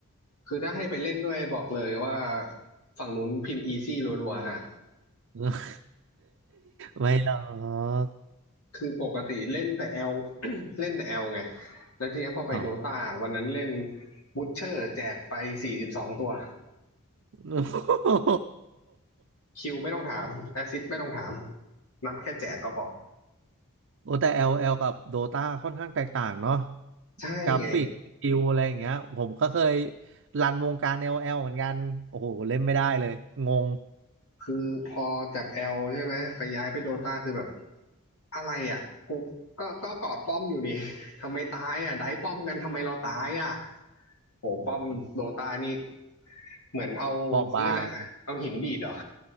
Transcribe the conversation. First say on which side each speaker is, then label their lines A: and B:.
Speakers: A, on the left; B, on the right.
A: คือถ้าให้ไปเล่นด้วยบอกเลยว่าฝั่งนู้นพิมพ์อีซี่รัวๆฮะ
B: <laughs> ไม่หรอก
A: คือปกติเล่นแต่แอล <coughs> เล่นแต่แอลไงแล้วทีเนี้ยพอไปโดตาวันนั้นเล่น
B: อ๋อ
A: บูทเชอร์แจกไปสี่สิบสองตัว
B: <laughs>
A: คิวไม่ต้องถามแอสซิสไม่ต้องถามนับแค่แจกก็พอ
B: โอ้แต่ LL กับ Dota ค่อนข้างแตกต่างเนาะ
A: ใช่ไง
B: กราฟิกสกิลอะไรอย่างเงี้ยผมก็เคยรันวงการ LL เหมือนกันโอ้โหเล่นไม่ได้เลยงง
A: คือพอจากแอลใช่ไหมไปย้ายไปโดตาคือแบบ อะไรอ่ะกูก็ก็กอดป้อมอยู่นี่ <laughs> ทำไมตายอ่ะได้ป้อมกันทำไมเราตายอ่ะโหป้อมโดตานี่
B: โอ้โหมัน
A: เหมือนเอาเขาเรียกอะไระเอาหินดีดเหรอ
B: บอบบาง